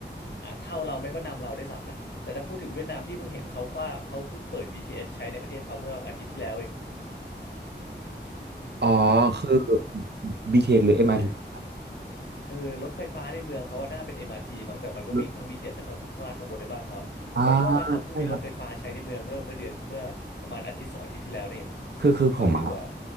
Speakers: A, on the left (about 65°); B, on the right (about 65°).
A: อ่ะเท่าเราไม่ก็นำเราได้วยซ้ำนะแต่ถ้าพูดถึงเวียดนามพี่เพิ่งเห็นเขาว่าเขาเพิ่งเปิดบีทีเอสใช้ในประเทศเขาเมื่ออาทิตย์ที่แล้วเอง
B: อ๋อคือ BTS
A: <laughs>
B: หรือ MRT
A: ใช่
B: อ
A: เออรถไฟฟ้าในเมืองเขาว่าน่าเป็นเอ t มอาร์ทีมั้งแต่มันก็วิ่งทั้ง
B: มอาร์ที
A: BTS ทเอสทั้งข้างข้างล่างข้างบนในบ้านเขาคือเอาเป็นว่าบ้านเขาเพิ่งมีรถไฟฟ้าใช้ในเมืองเมื่อเมื่อเดือนเมื่อประมาณอาทิตย์สองอาทิตย์ที่แล้วนี่เอง
B: อ่าใช่ครับ คือคือผมอะ
A: ก็ถือว่า